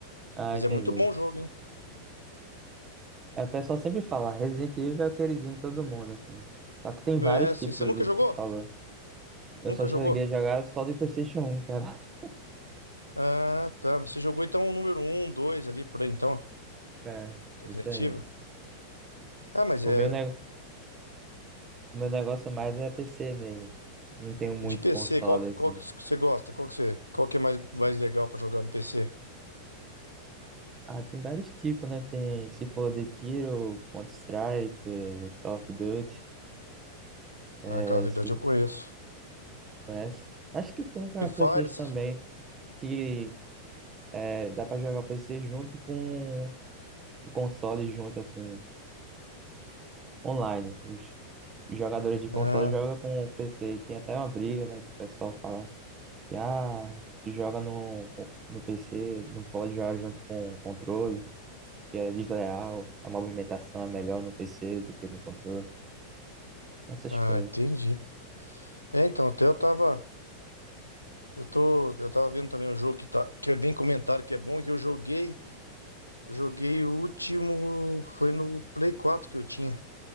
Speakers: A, on the right; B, on the left.
A: Ah,
B: Mas
A: entendi.
B: é muito bom o jogo, hein?
A: É, o pessoal sempre fala, Resident Evil é o queridinho de todo mundo, assim. Só que tem
B: É,
A: vários
B: assim,
A: tipos
B: você nunca
A: de
B: jogou?
A: que tu falou. Eu
B: Nunca
A: só cheguei
B: jogou?
A: a jogar só de PlayStation um, cara. <laughs>
B: Ah, tá. Mas Você jogou então o número um, 2 ali por aí, então,
A: É,
B: Resident
A: isso aí.
B: Evil. Ah, mas
A: O
B: é.
A: meu, ne... o meu negócio mais é PC mesmo. Não tenho muito
B: E de PC,
A: console,
B: qual, que-
A: assim.
B: qual que você gosta? Qual que, você, qual que é mais, mais legal pra jogar no PC?
A: Ah, tem vários tipos, né? Tem, se for de tiro, Counter-Strike, eh, Call of Duty, eh,
B: Ah, Call of
A: se
B: Duty eu conheço.
A: conhece. Acho que tem pra
B: Free Fire,
A: PlayStation
B: essas...
A: também, que eh, dá pra jogar o PC junto com o console junto, assim. online. Os os jogadores de console
B: Ah,
A: jogam com o PC. Tem até uma briga, né, que o pessoal fala que ah, tu joga no, com- no PC, não pode jogar junto com o controle, que é desleal, a movimentação é melhor no PC do que no controle, essas
B: ah,
A: coisas.
B: entendi. É, então, até eu tava... Eu tô, eu tava vendo também um jogo que, tá, que vem comentado que é bom, que eu joguei... eu Joguei o último... Foi no Play Quatro que eu tinha.